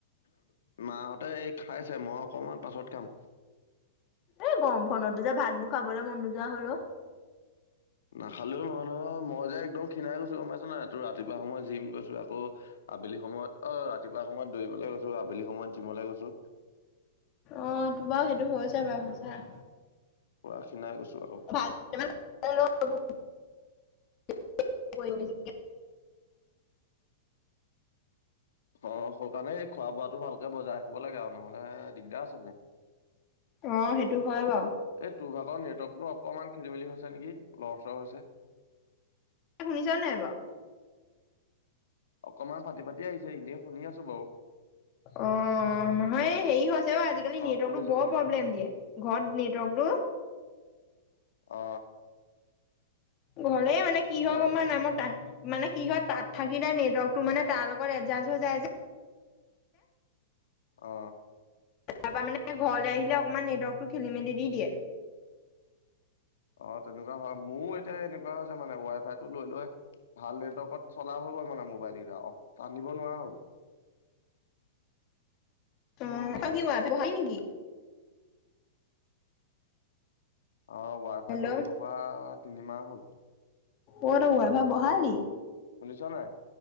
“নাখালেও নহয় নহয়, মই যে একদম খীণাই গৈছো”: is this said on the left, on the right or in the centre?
Left